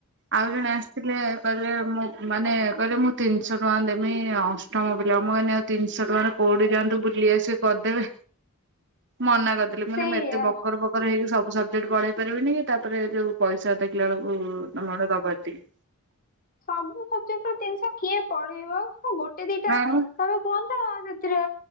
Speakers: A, on the right (about 55°); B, on the left (about 40°).
A: ଆଉ ଜଣେ ଆସିଥିଲେ କହିଲେ ମୁଁ ମାନେ କହିଲେ ମୁଁ ତିନିଶ ଟଙ୍କା ଦେମି ଅଷ୍ଟମ ପିଲା ମୁଁ ଏଇନେ ତିନିଶ ଟଙ୍କାରେ କଉଠି ଯାଆନ୍ତୁ ବୁଲି ଆସିବେ କରିଦେବେ ମନା କରିଦେ କହିଲି
B: ସେଇଆ।
A: ମାନେ ମୁଁ ଏତେ ବକର ବ ବକର ହେଇକି ସବୁ ସବଜେକ୍ଟ୍ ପଢେଇ ପାରିବିନି କି ତାପରେ ଯଉ ପଇସା ଦେଖିଲା ବଳକୁ ତମର ଦବ ଏତିକି।
B: ସବୁ ସବଜେକ୍ଟ୍ କୁ ତିନ୍ସ କିଏ ପଢେଇବ ହଁ ଗୋଟେ ଦିଟା
A: ହଁ ମ
B: ତମେ କୁହନ୍ତ ସେଥିରେ